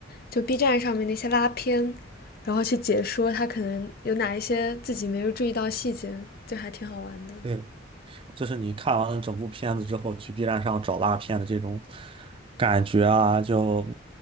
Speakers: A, on the left; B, on the right.
A: 就 B 站上面那些拉片，然后去解说他可能有哪一些自己没有注意到细节，就还挺好玩的。
B: 对，就是你看完了整部片子之后，去 B 站上找烂片的这种感觉啊，就